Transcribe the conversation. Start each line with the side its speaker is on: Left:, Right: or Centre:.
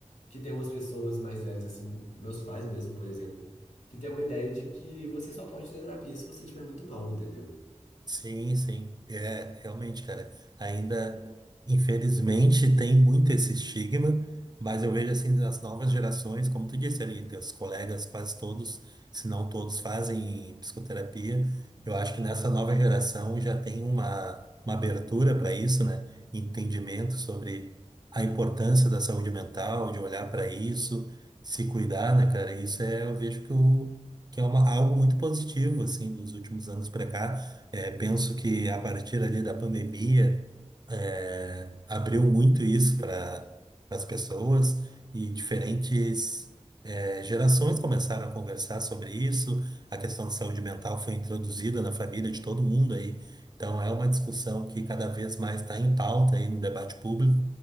Left: que tem umas pessoas mais velhas, assim, meus pais mesmo, por exemplo, que tem uma ideia de que você só pode fazer terapia se você estiver muito mal, entendeu?
Right: Sim, sim, é realmente, cara. Ainda, infelizmente, tem muito esse estigma, mas eu vejo assim nas novas gerações, como tu disse ali, teus colegas, quase todos, se não todos, fazem psicoterapia. Eu acho que nessa nova geração já tem uma, uma abertura para isso, né? Entendimento sobre a importância da saúde mental, de olhar para isso, se cuidar, né, cara? Isso é, eu vejo que, o, que é uma, algo muito positivo, assim, dos últimos anos para cá é, penso que a partir ali da pandemia, é, abriu muito isso para as pessoas e diferentes é, gerações começaram a conversar sobre isso. A questão de saúde mental foi introduzida na família de todo mundo aí. Então é uma discussão que cada vez mais está em pauta aí no debate público